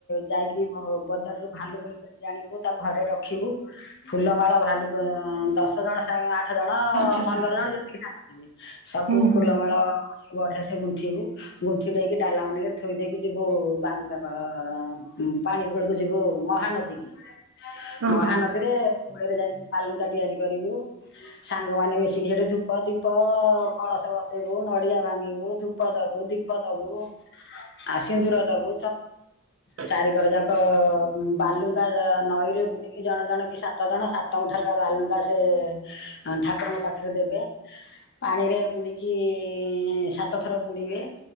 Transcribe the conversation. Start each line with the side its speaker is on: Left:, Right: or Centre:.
Left: ଯାଇକି ବଜାରରୁ ଭାଲୁକୁଣି ମୂର୍ତ୍ତି ଟେ ଆଣିବୁ ତାକୁ ଘରେ ରଖିବୁ। ଫୁଲମାଳ ଭାଲୁ ଦଶ ଜଣ ସାଙ୍ଗ ଆଠ ଜଣ
Right: ଆଚ୍ଛା
Left: ପନ୍ଦର
Right: ଆଚ୍ଛା
Left: ଜଣ ଯେତିକି ସାଙ୍ଗ ଥିବେ ସବୁ
Right: ହୁଁ
Left: ଫୁଲମାଳ
Right: ହୁଁ
Left: ବଢିଆ ସେ ଗୁନ୍ଥିବୁ ଗୁନ୍ଥି ଦେଇକି ଡାଲା ମାନଙ୍କରେ ଥୋଇ ଦେଇକି ଯିବୁ ବାନୁକା ପାଣି କୁଳକୁ ଯିବୁ ମହାନଦୀ କି
Right: ଓହୋ
Left: ମହାନଦୀ ଦୀ କୁଲରେ ଯାଇକି ପାଲୁଙ୍କା ତିଆରି କରିବୁ। ସାଙ୍ଗମାନେ ମିଶିକି ସେଠି ଧୂପ ଦୀପ କଳସ ବସେଇବୁ ନଡିଆ ଭାଙ୍ଗିବୁ ଧୂପ ଦବୁ ଦୀପ ଦବୁ ଆ ସିିନ୍ଦୁର ଦବୁ
Right: ଆ
Left: ଚାରିିକର ଯାକ ବାଲୁଙ୍କା କ ନଈରେ ବୁଡିକି ଜଣେ ଜଣ କି ଶା ତ ଜଣ ସାତ ମୁଠାଲ ବାଲୁଙ୍ଗା ସେ ଅ ଠାକୁରଙ୍କ ପାଖରେ ଦେବେ। ପାଣିରେ ବୁଡିକି ସାତ ଥର ବୁଡିବେ।